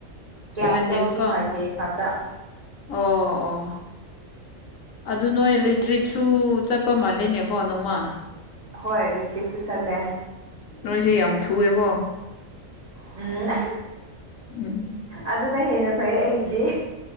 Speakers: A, on the left; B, on the right.
A: ꯁꯚꯦꯟ
B: class
A: days
B: ꯂꯧꯕꯗꯤ
A: ꯀꯣ
B: ꯐꯥꯏꯚ ꯗꯦꯖ ꯈꯛꯇ
A: ꯑꯣ ꯑꯣ ꯑꯗꯨ ꯅꯣꯏ ꯔꯤꯇ꯭ꯔꯤꯠꯁꯨ ꯆꯠꯄ ꯃꯥꯜꯂꯦꯅꯦꯀꯣ ꯅꯣꯡꯃ
B: ꯍꯣꯏ ꯔꯤꯇꯔꯤꯠꯁꯨ ꯆꯠꯂꯦ
A: ꯅꯣꯏꯁꯦ ꯌꯥꯝ ꯊꯨꯌꯦꯀꯣ
B: ꯎꯝ <inaudible>
A: ꯎꯝ
B: ꯑꯗꯨꯅ ꯍꯦꯟꯅ ꯐꯩꯌꯦ ꯑꯩꯒꯤꯗꯤ